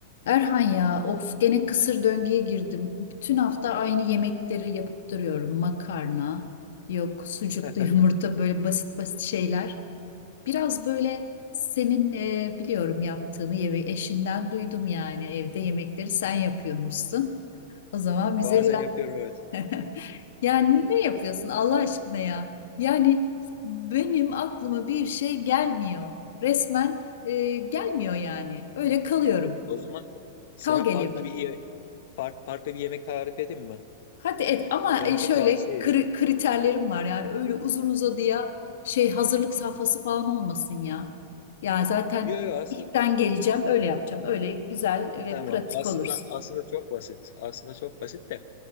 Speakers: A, on the left (about 70°); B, on the left (about 55°).
A: Erhan ya of gene kısır döngüye girdim. Bütün hafta aynı yemekleri yapıp duruyorum. Makarna, yok sucuklu
B: <laughs>
A: yumurta böyle basit basit şeyler. Biraz böyle senin e, biliyorum yaptığını yemek eşinden duydum yani evde yemekleri sen yapıyormuşsun. O zaman bize
B: Bazen
A: biraz
B: yapıyorum evet.
A: <laughs> yani ne yapıyorsun Allah aşkına ya? Yani benim aklıma bir şey gelmiyor. Resmen e, gelmiyor yani. Öyle kalıyorum.
B: O zaman sana
A: Kal geliyor
B: farklı
A: bana.
B: bir ye- fark- farklı bir yemek tarif edeyim mi?
A: Hadi et ama
B: Hem
A: e, şöyle
B: de tavsiye edeyim.
A: kri- kriterlerim var yani öyle uzun uzadıya şey hazırlık safhası falan olmasın ya. Yani zaten
B: Yok yok aslında
A: işten
B: ç-
A: geleceğim öyle yapacağım öyle güzel ve
B: tamam.
A: pratik
B: Aslında
A: olursun.
B: aslında çok basit. Aslında çok basit de